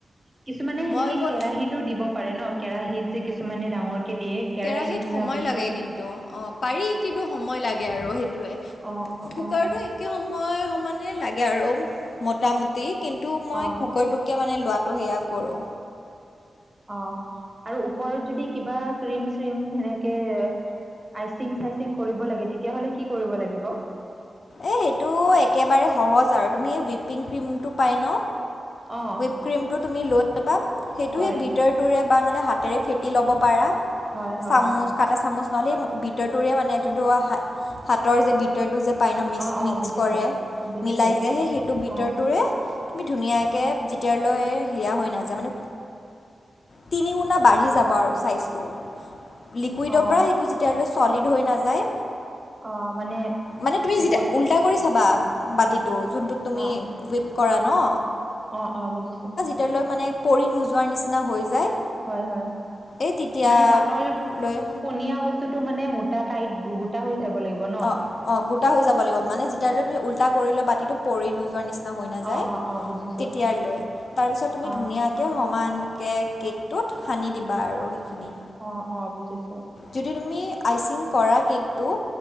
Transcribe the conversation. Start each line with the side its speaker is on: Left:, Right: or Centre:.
Right: কিছুমানে সেনেকে
Left: মই বন
Right: কেৰাহীতো দিব পাৰে ন? কেৰাহীত যে কিছুমানে ডাঙৰ কে দিয়ে। কেৰাহীৰ
Left: কেৰাহীত
Right: নিচিনা
Left: সময়
Right: বস্তু
Left: লাগে কিন্তু, অ পাৰি কিন্তু সময় লাগে আৰু সেইটোৱে।
Right: অ অ
Left: কুকাৰটো
Right: অ।
Left: একে সময় সমানে লাগে আৰু মোটামুটি কিন্তু মই
Right: অ
Left: কুকাৰটো টোকে মানে লোৱাটো সেয়া কৰোঁ।
Right: অ আৰু ওপৰত যদি কিবা ক্ৰীম চ্ৰীম সেনেকে আইচিং চাইচিং কৰিব লাগে তেতিয়াহলে কি কৰিব লাগিব?
Left: এই সেইটো একেবাৰে সহজ আৰু তুমি হুইপিং ক্ৰীম টো পায় ন?
Right: অ
Left: হুইপ ক্ৰীমটো তুমি লৈ আনিবা সেইটোৱে
Right: হয়
Left: ব্ৰীটাৰ টোৰে বা নে হাতেৰে ফেটি লব পাৰা
Right: হয় হয়
Left: চামুছ কাটা চামুচ ন'হলে ব্ৰীটাৰটোৰে মানে যোনটো হাত হাতৰ যে ব্ৰীটাৰটো যে পাই ন মিচ
Right: অ
Left: মিক্স
Right: অ বুজিছো
Left: কৰে
Right: বুজিছো
Left: মিলাই যে সেই সেইটো ব্ৰীটাৰটোৰে
Right: অ
Left: তুমি ধুনীয়াকে যেতিয়াৰলৈ হেয়া হৈ নাযায় মানে তিনি গুণা বাঢ়ি যাব আৰু ছাইজটো। লিকুইডৰ
Right: অ
Left: পৰা সেইটো যেতিয়ালৈ ছলিড হৈ নাযায়।
Right: অ মানে
Left: মানে তুমি যেতিয়া
Right: গ'ল
Left: উল্টা কৰি
Right: উ,
Left: চাবা বাতিটো
Right: উম
Left: যোনটোত তুমি
Right: অ
Left: হুইপ কৰা ন
Right: অ অ বুজিছো।
Left: তে লৈ মানে পৰি নোযোৱাৰ নিচিনা হৈ যায়।
Right: হয়, হয়
Left: এই তেতিয়ালৈ
Right: মানে পাতল পনীয়া বস্তুটো মানে মোটা টাইত গোটা হৈ যাব লাগিব ন
Left: অ, অ গোটা হৈ যাব লাগিব মানে যেতিয়াৰলৈ তুমি উল্টা কৰি লোৱা বাতিটো পৰি নোযোৱাৰ নিচ না হৈ নাযায়
Right: অ অ অ বুজিছো
Left: তেতিয়াৰলৈ তাৰপিছত তুমি
Right: অ
Left: ধুনীয়াক কে সমানকে কেকটোত সানি দিবা আৰু সেই খিনি
Right: অ অ বুজিছো।
Left: যদি তুমি আইচিং কৰা কেকটো